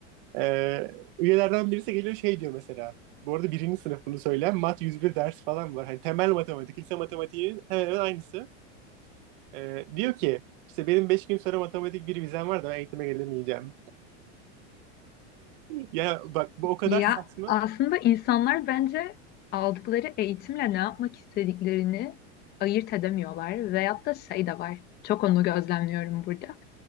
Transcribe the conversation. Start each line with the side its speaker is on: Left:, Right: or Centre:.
Right: Ee, üyelerden birisi geliyor şey diyor mesela. Bu arada birinci sınıfını söyleyen mat 101 ders falan var. Hani temel matematik, lise matematiğinin hemen hemen aynısı. Ee, diyor ki işte benim 5 gün sonra matematik bir vizem var da ben eğitime gelemeyeceğim. Ya bak bu o kadar
Left: Ya
Right: saçma.
Left: aslında insanlar bence aldıkları eğitimle ne yapmak istediklerini ayırt edemiyorlar. Veyahut da şey de var. Çok onu gözlemliyorum burada.